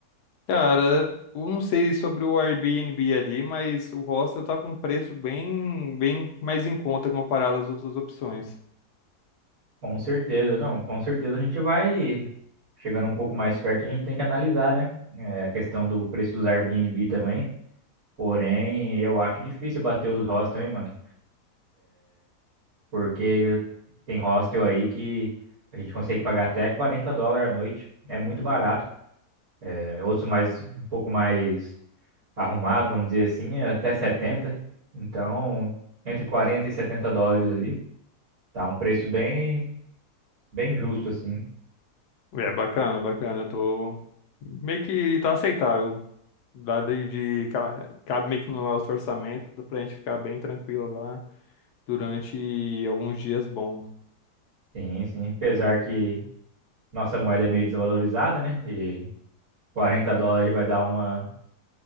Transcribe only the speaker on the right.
com certeza, não, com certeza a gente vai chegando um pouco mais perto, a gente tem que analisar, né? É, a questão do preço dos Airbnb também. Porém, eu acho difícil bater os hostels, hein, mano? Porque tem hostel aí que a gente consegue pagar até 40 dólares a noite. É muito barato. É, outros mais um pouco mais arrumado, vamos dizer assim, é até setenta Então, entre 40 e 70 dólares ali, tá um preço bem, bem justo assim.
Sim, sim. Apesar que nossa moeda é meio desvalorizada, né? E 40 dólares vai dar uma,